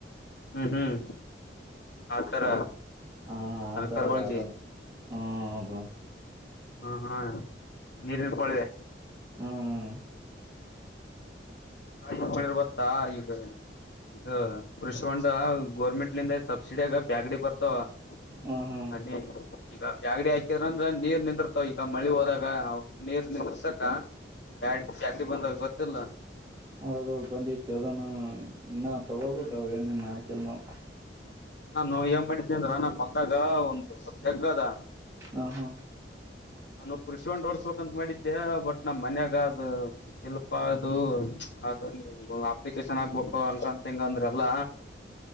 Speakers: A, on the left; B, on the right.
A: ಹ್ಮ್ ಹ್ಮ್ ಆತರ
B: ಹ
A: ತನಕರ್ಗಳಗೆ
B: ಆತರ ಅದನು ಹ ಅದು
A: ಹಾ ಹಾ ನೀರಿನ ಪಳವೆ
B: ಹ್ಮ್
A: ಹ್ಮಿರ್ಬತ್ತಾ ಈಗ ಇ ಕೃಷಿ ಹಂಡ ಗೋರ್ಮೆಂಟ್ಲಿಂದ ಸಬ್ಸಿಡಿಯಾಗ ಬ್ಯಾಗಡಿ ಬರ್ತ ಅ
B: ಹ ಹಾ
A: ಈಗ ಬ್ಯಾಗಡಿ ಹಾಕಿದರ ಅಂದ್ರ ನೀರ್ ನಿಂದ್ರ ಈಗ ಮಳಿ ಹೋದಾಗ ನೀರ್ ನಿರ್ಸಕ ಯ ಯಕಡಿ ಬಂದಾವ್ ಗೊತ್ತ ಇಲ್ಲ
B: ಹೌದ ಬಂದಿತ್ತು ಅದನ್ನು ಇನ್ನ ತಗೋಬೇಕ
A: ಹ್ಮ್
B: ಅವ ನ ಇನ್ ಹಾಕಲ್ ನಾವ
A: ನಾನು ಏನ್ ಮಾಡಿದ್ದೇ ಅಂದ್ರ ನಾ ಮಲ್ದಾಗ ಒಂದಂದು ಸ್ವಲ್ ತೆಗ್ಗ ಅದ
B: ಹ ಹಾ
A: ನಾನು ಕೃಷಿ ಒೊಂಡ್ ಓಡಸ್ಬೇಕಂತ ಮಾಡಿದ್ದೆ ಬಟ್ ನಮ್ ಮನ್ಯಾಗ ಅದು ಇಲ್ಪ ಅದು ಅ ಅಪ್ಲಿಕೇಶನ್ ಆಕ್ಬೇಕು ಅಂತಂತ ತೆಂಗ ಅಂದ್ರ ಅಲ್ಲ